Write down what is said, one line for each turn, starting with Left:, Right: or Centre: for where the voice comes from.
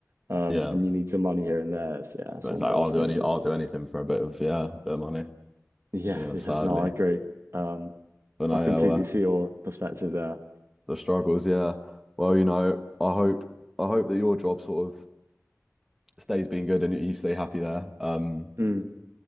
Right: um,
Centre: Yeah.
Right: and you need some money here and there, it's, yeah, it's
Centre: But
Right: one
Centre: It's like
Right: of those
Centre: I'll do
Right: things,
Centre: any I'll
Right: isn't
Centre: do
Right: it?
Centre: anything
Right: <laughs>
Centre: for a bit of yeah, bit of money.
Right: Yeah,
Centre: Yeah,
Right: yeah,
Centre: sadly.
Right: no, I agree. Um,
Centre: But no,
Right: I completely
Centre: yeah, well,
Right: see your perspective there.
Centre: the struggles, yeah. Well, you know, I hope I hope that your job sort of stays being good and you stay happy there. Um
Right: Mm,